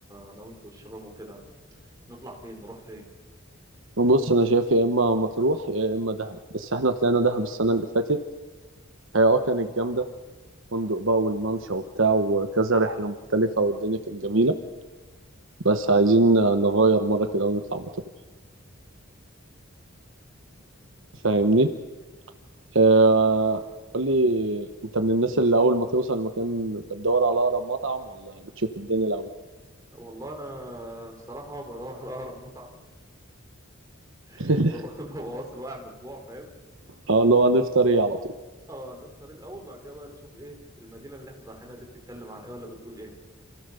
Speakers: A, on the right; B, on the right.
A: انا وانت والشباب وكده نطلع فين نروح فين
B: بص انا شايف يا اما مطروح يا اما دهب بس احنا طلعنا دهب السنة اللي فاتت هي اه كانت جامدة فندق بقى والممشى وبتاع وكذا رحلة مختلفة والدنيا كانت جميلة بس عايزين نغير مرة كده ونطلع مطروح فاهمني آه قول لي انت من الناس اللي اول ما توصل المكان بتدور على اقرب مطعم ولا بتشوف الدنيا الاول
A: والله انا الصراحة بدور على اقرب مطعم <laughs>
B: <laughs>
A: ببقى ببقى واصل واقع من الجوع فاهم
B: اه اللي هو نفطر ايه على طول
A: اه نفطر الاول بعد كده بقى نشوف ايه المدينه اللي احنا رايحينها دي بتتكلم عن ايه ولا بتقول ايه